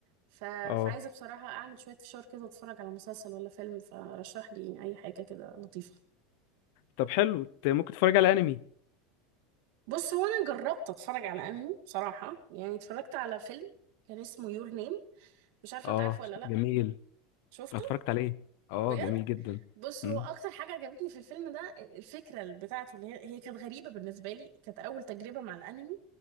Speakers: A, on the right (about 65°); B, on the left (about 65°).
A: ف...
B: اه
A: فعايزه بصراحه اعمل شويه فشار كده واتفرج على مسلسل ولا فيلم فرشح لي اي حاجه كده لطيفه
B: طب حلو انت ممكن تتفرج على انمي
A: بص هو انا جربت اتفرج على انمي بصراحه يعني اتفرجت على فيلم كان اسمه يور نيم مش عارفه
B: اه
A: انت عارفه ولا لا
B: جميل
A: شفته؟
B: اتفرجت عليه اه
A: بجد
B: جميل جدا
A: بص
B: مم.
A: هو اكتر حاجه عجبتني في الفيلم ده الفكره اللي بتاعته اللي هي هي كانت غريبه بالنسبه لي كانت اول تجربه مع الانمي